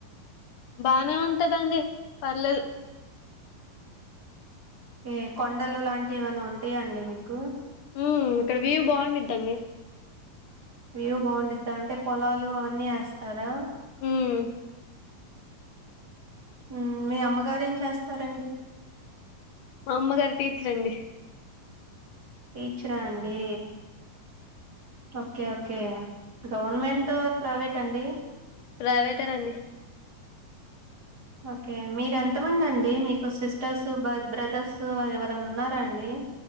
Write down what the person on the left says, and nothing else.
బానే ఉంటదండి, పర్లేదు.
ఉమ్, ఇక్కడ వ్యూ బాగుందిద్దండి.
ఉమ్
మా అమ్మగారు టీచర్ అండి
ప్రైవేటె అండి